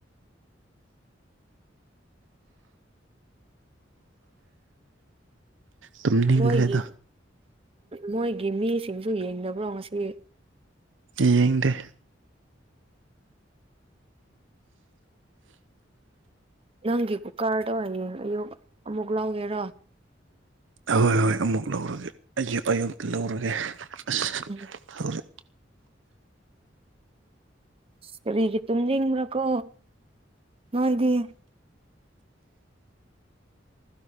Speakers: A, on the right; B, on the right.
A: ꯇꯨꯝꯅꯤꯡꯈ꯭ꯔꯦꯗ
B: ꯃꯣꯏꯒꯤ ꯃꯣꯏꯒꯤ ꯃꯤꯁꯤꯡꯁꯨ ꯌꯦꯡꯗꯕ꯭ꯔꯣ ꯉꯁꯤ
A: ꯌꯦꯌꯦꯡꯗꯦ
B: ꯅꯪꯒꯤ ꯀꯨꯀꯔꯗꯣ ꯍꯌꯦꯡ ꯑꯌꯨꯛ ꯑꯃꯨꯛ ꯂꯧꯒꯦꯔꯣ
A: ꯍꯍꯣꯏ ꯍꯣꯏ ꯑꯃꯨꯛ ꯂꯧꯔꯒꯦ ꯑꯌꯨꯛ ꯑꯌꯨꯛꯇ ꯂꯧꯔꯒꯦ ꯑꯁ
B: ꯎꯝ
A: ꯍꯧꯖꯤꯛ
B: ꯀꯔꯤꯒꯤ ꯇꯨꯝꯅꯤꯡꯤꯡꯕ꯭ꯔꯥꯀꯣ ꯅꯣꯏꯗꯤ